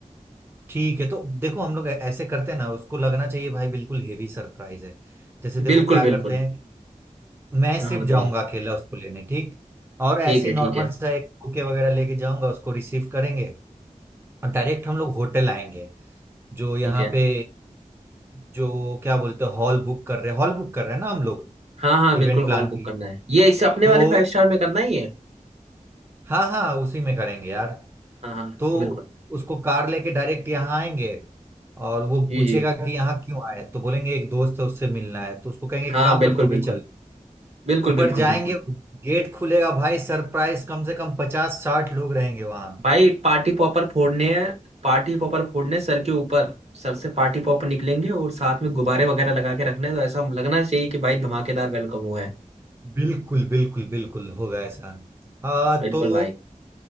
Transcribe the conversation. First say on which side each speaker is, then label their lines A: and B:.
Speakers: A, on the right (about 15°); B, on the right (about 50°).
A: ठीक है तो देखो हम लोग ऐ- ऐसे करते हैं ना उसको लगना चाहिए भाई बिल्कुल हेवी सरप्राइज है जैसे देखो
B: बिल्कुल
A: क्या
B: बिल्कुल
A: करते हैं मैं
B: हाँ
A: सिर्फ
B: हाँ, बताइए
A: जाऊंगा अकेला उसको लेने ठीक और
B: ठीक
A: ऐसी
B: है
A: नॉर्मल
B: ठीक है
A: सा एक बुके वगैरह लेके जाऊंगा उसको रिसीव करेंगे और डायरेक्ट हम लोग होटल आएंगे जो यहाँ
B: ठीक है
A: पे जो क्या बोलते हैं हॉल बुक कर रहे हैं हॉल बुक कर रहे हैं ना हम लोग
B: हाँ हाँ बिल्कुल
A: इवेंट प्लान
B: हॉल बुक
A: की
B: करना है ये इसे अपने
A: तो
B: वाले फाइव स्टार में करना ही है
A: हाँ हाँ उसी में करेंगे यार
B: हाँ हाँ
A: तो
B: बिल्कुल
A: उसको कार लेके डायरेक्ट यहाँ आएंगे और वो
B: जी
A: पूछेगा
B: जी
A: कि यहाँ क्यों आए तो बोलेंगे एक दोस्त है उससे मिलना है तो उसको कहेंगे
B: हाँ
A: एक काम
B: बिल्कुल
A: कर तू
B: बिल्कुल
A: भी चल
B: बिल्कुल
A: ऊपर
B: बिल्कुल
A: जाएंगे
B: बिल्कुल
A: गेट खुलेगा भाई सरप्राइज कम से कम पचास साठ लोग रहेंगे वहां
B: भाई पार्टी पॉपर फोड़ने हैं पार्टी पॉपर फोड़ने हैं सर के ऊपर सर से पार्टी पॉपर निकलेंगे और साथ में गुब्बारे वगैरह लगा के रखने हैं तो ऐसा लगना चाहिए कि भाई धमाकेदार वेलकम हुआ है
A: बिल्कुल बिल्कुल बिल्कुल होगा ऐसा आ,
B: बिल्कुल
A: तो
B: भाई